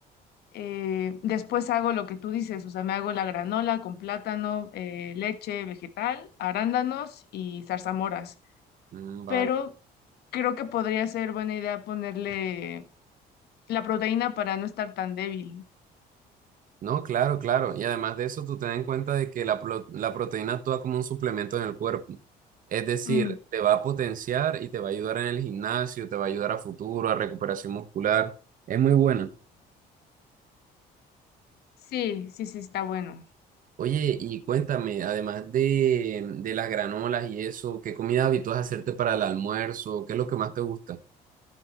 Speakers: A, on the left; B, on the right.
A: eh, después hago lo que tú dices, o sea, me hago la granola con plátano, eh, leche vegetal, arándanos y zarzamoras,
B: Mm, vale.
A: pero creo que podría ser buena idea ponerle la proteína para no estar tan débil.
B: No, claro, claro. Y además de eso, tú ten en cuenta de que la, pro- la proteína actúa como un suplemento en el cuerpo. Es decir,
A: Mm,
B: te va a potenciar y te va a ayudar en el gimnasio, te va a ayudar a futuro, a recuperación muscular. Es muy buena.
A: sí, sí, sí, está bueno.
B: Oye, y cuéntame, además de, de las granolas y eso, ¿qué comida habitúas a hacerte para el almuerzo? ¿Qué es lo que más te gusta?